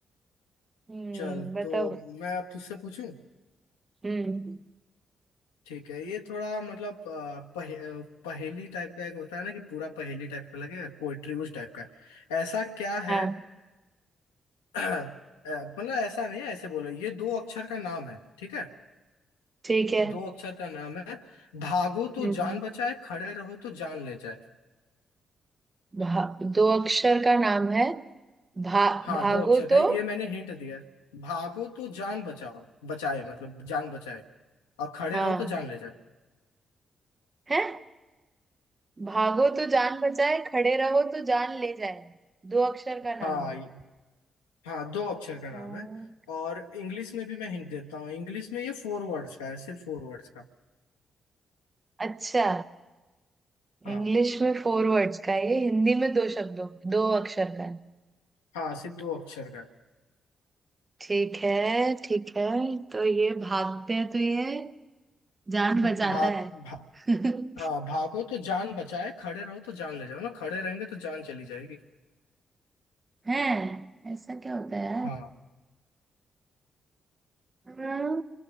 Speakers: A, on the right; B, on the left.
A: हम्म
B: चल
A: बताओ
B: तो मैं अब तुझसे पूछूं
A: हम्म
B: ठीक है ये थोड़ा मतलब अ, पहे, अ, पहेली टाइप का एक होता है ना कि पूरा पहेली टाइप का लगे पोएट्री उस टाइप का है। ऐसा क्या है
A: हाँ
B: <clears throat> अ, मतलब ऐसा नहीं है ऐसे बोलो ये दो अक्षर का नाम है ठीक है
A: ठीक है
B: दो अक्षर का नाम है भागो तो
A: हम्म
B: जान बचाए खड़े रहो तो जान ले जाए
A: भा, दो अक्षर का नाम है भा,
B: हाँ
A: भागो
B: दो अक्षर का
A: तो
B: है, ये मैंने हिंट दिया है भागो तो जान बचाओ बचाए मतलब जान बचाए और खड़े
A: हाँ
B: रहो तो जान ले जाए
A: है भागो तो जान बचाए खड़े रहो तो जान ले जाए दो अक्षर का
B: हाँ
A: नाम
B: ये- हाँ दो अक्षर का
A: भाग-
B: नाम है और इंग्लिश में भी मैं हिंट देता हूँ इंग्लिश में ये फोर वर्ड्स का है सिर्फ फोर वर्ड्स का
A: अच्छा
B: हाँ
A: इंग्लिश में फोर वर्ड्स का है, ये हिंदी में दो शब्दों दो अक्षर का
B: हाँ सिर्फ दो अक्षर का है
A: ठीक है ठीक है तो ये भागते हैं तो ये जान बचाता
B: भाग
A: है
B: भा,
A: <laughs>
B: हाँ भागो तो जान बचाए खड़े रहो तो जान ले जाओ ना खड़े रहेंगे तो जान चली जाएगी
A: है ऐसा क्या होता है यार
B: हाँ
A: हम्म,